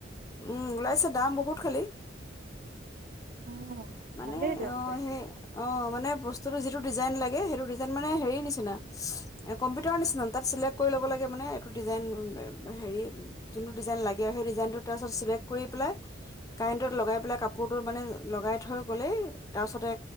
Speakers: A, on the left; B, on the right.
A: উম, ওলাইছে দাম বহুত খালী।
B: অ'
A: মানে,
B: ভালেই তেন্তে।
A: অ', সেই অ', মানে বস্তু <unintelligible> ছতো যিটো ডিজাইন লাগে, সেইটো ডিজাইন মানে হেৰি নিচিনা কম্পিউটাৰৰ নিচিনা, তাত চিলেক্ট কৰি ল'ব লাগে মানে এইটো ডিজাইন হেৰি যোনটো ডিজাইন লাগে আৰু সেই ডিজাইনটো তাৰপিছত চিলেক্ট কৰি পেলাই কাৰেণ্টত লগাই পেলাই কাপোৰটো মানে লগাই থৈ হৈ গ'লেই তাৰপিছতে